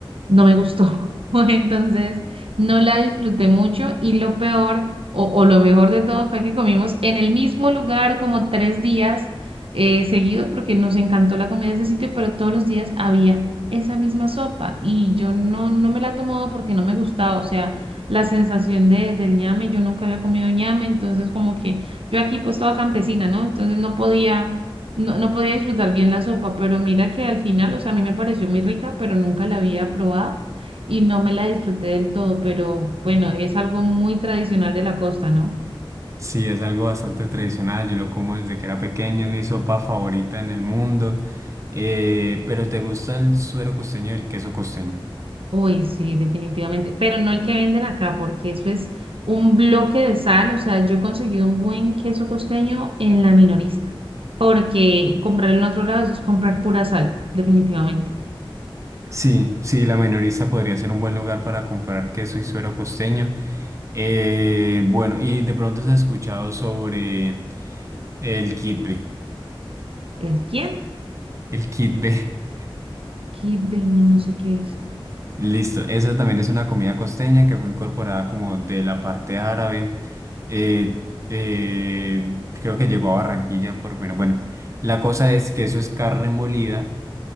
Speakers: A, on the right (about 80°); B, on the right (about 35°).
A: no me gustó. <laughs> Entonces, no la disfruté mucho y lo peor o, o lo mejor de todo fue que comimos en el mismo lugar como tres días eh, seguido porque nos encantó la comida de ese sitio, pero todos los días había esa misma sopa y yo no, no me la tomaba porque no me gustaba, o sea, la sensación de, del ñame, yo nunca había comido ñame, entonces como que yo aquí pues toda campesina, ¿no? Entonces no podía, no, no podía disfrutar bien la sopa, pero mira que al final, o sea, a mí me pareció muy rica, pero nunca la había probado. Y no me la disfruté del todo, pero bueno, es algo muy tradicional de la costa, ¿no?
B: Sí, es algo bastante tradicional, yo lo como desde que era pequeño, es mi sopa favorita en el mundo. Eh, pero ¿te gusta el suero costeño y el queso costeño?
A: Uy, sí, definitivamente, pero no el que venden acá, porque eso es un bloque de sal, o sea, yo he conseguido un buen queso costeño en la minorista, porque comprar en otro lado eso es comprar pura sal, definitivamente.
B: Sí, sí, la minorista podría ser un buen lugar para comprar queso y suero costeño. Eh, bueno, y de pronto has escuchado sobre el kitbe.
A: ¿El quién?
B: El kitbe. <laughs>
A: Kibe, no, no sé qué es.
B: Listo, esa también es una comida costeña que fue incorporada como de la parte árabe. Eh, eh, creo que llegó a Barranquilla por primera. Bueno, la cosa es que eso es carne molida.